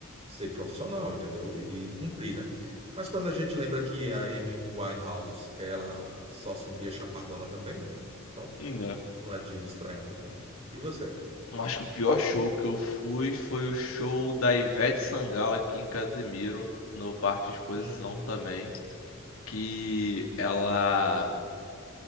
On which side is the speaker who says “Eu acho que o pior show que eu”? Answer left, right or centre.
Left